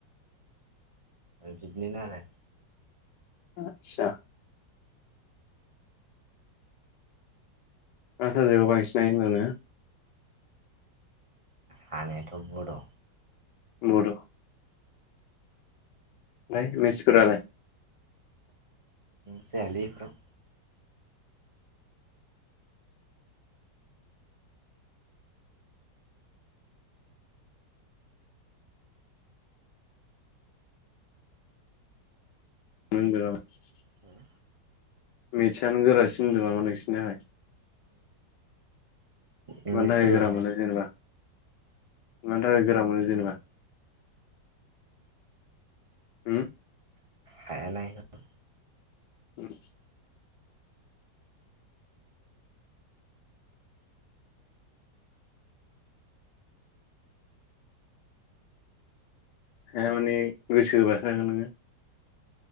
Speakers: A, on the right; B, on the left.
A: बिदिनो आरो।
B: आतसा। मा साबजेकाव बांसिन हायो होनदों नोङो?
A: हानायाथ' बड'।
B: बड'। मेटसफोरालाय?
A: जायालै बिफोराव।
B: <unintelligible>
A: उम।
B: मेतसायानो गोरासिन होनदों नामा नोंसिनि थाखाय।
A: इंलिसफोरबो
B: मानो थाखाय गोरा मोनो जेनेबा? मानि थाखाय गोरा मोनो जेनेबा? उम
A: हायाना एखौ
B: उम हाया माने गोसो होबोसो हागोन नोङो।